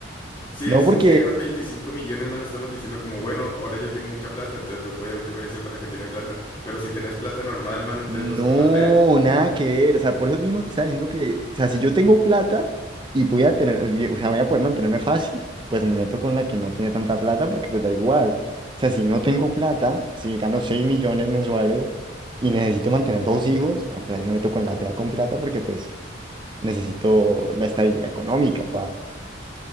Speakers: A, on the left; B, on the right.
A: Si
B: No,
A: decimos
B: porque
A: que ganas 25 millones, mano, estamos diciendo como, bueno, ahora yo tengo mucha plata, entonces pues obviamente no voy a estar con la que tiene plata. Pero si tenés plata normal, mano, entonces
B: No,
A: vas con la fea
B: nada que ver. O sea, por eso mismo te estaba diciendo que, o sea, si yo tengo plata y voy a tener, o sea, voy a poder mantenerme fácil, pues me meto con la que no tiene tanta plata porque pues da igual. O sea, si no tengo plata, si gano 6 millones mensuales y necesito mantener dos hijos, ah, pues ahí me meto con la fea con plata porque pues necesito la estabilidad económica, pa.